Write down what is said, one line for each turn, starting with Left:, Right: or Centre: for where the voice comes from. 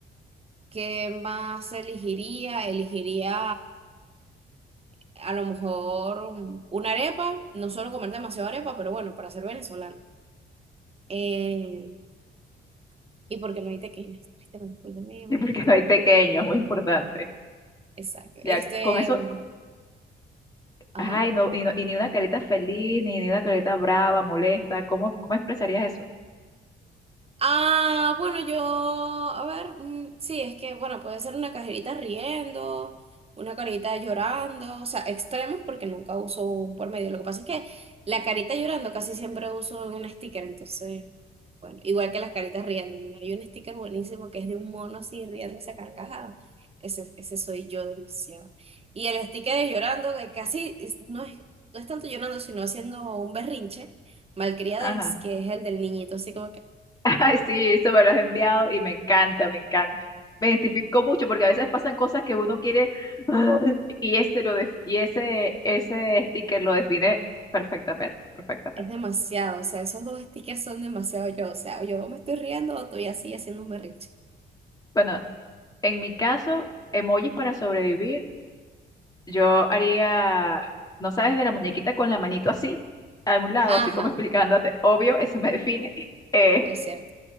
Right: ¿qué más elegiría? Elegiría a lo mejor un- una arepa. No suelo comer demasiado arepa, pero bueno, para ser venezolana. Eh, y porque no hay tequeñas, tristemente, porque me, me
Left: Y porque
Right: dije tequeñas.
Left: no hay pequeño, es muy importante.
Right: Exacto.
Left: Ya,
Right: Este,
Left: con eso,
Right: ajá.
Left: ay, no, y, no, y ni una carita feliz, ni, ni una carita brava, molesta. ¿Cómo, cómo expresarías eso?
Right: Ah, bueno, yo, a ver, mm, sí, es que, bueno, puede ser una cajerita riendo, una carita llorando, o sea, extremos porque nunca uso un por medio. Lo que pasa es que la carita llorando casi siempre uso un sticker, entonces, bueno, igual que las caritas riendo. ¿no? Hay un sticker buenísimo que es de un mono así riéndose a carcajada. Ese, ese soy yo demasiado. Y el sticker de llorando, que casi es- no es, no es tanto llorando, sino haciendo un berrinche, malcriadez,
Left: Ajá.
Right: que es el del niñito, así como que.
Left: Ay, sí, eso me lo has enviado y me encanta, me encanta. Me identificó mucho porque a veces pasan cosas que uno quiere <laughs> ah, y ese lo def- y ese ese sticker lo define perfectamente, perfectamente.
Right: Es demasiado, o sea, esos dos stickers son demasiado yo, o sea, yo me estoy riendo o estoy así haciendo un berrinche.
Left: Bueno, en mi caso, emojis para sobrevivir, yo haría, no sabes, de la muñequita con la manito así, a un lado,
Right: Ajá,
Left: así como explicándote, obvio, ese me define. <laughs> Eh,
Right: es cierto.